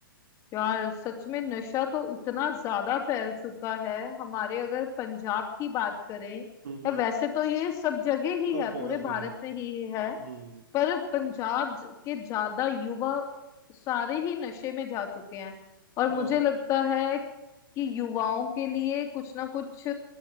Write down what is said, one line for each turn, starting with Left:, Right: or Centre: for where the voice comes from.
Left: यार सच में नशा तो इतना ज्यादा फैल चुका है हमारे अगर पंजाब की बात करें
Right: हम्म
Left: या वैसे तो ये सब जगह ही
Right: सब
Left: है
Right: जगह
Left: पूरे
Right: पे
Left: भारत
Right: है
Left: में ही है
Right: हम्म
Left: पर पंजाब ज- के ज्यादा युवा सारे ही नशे में जा चुके हैं और
Right: हाँ
Left: मुझे लगता है कि युवाओं के लिए कुछ ना कुछ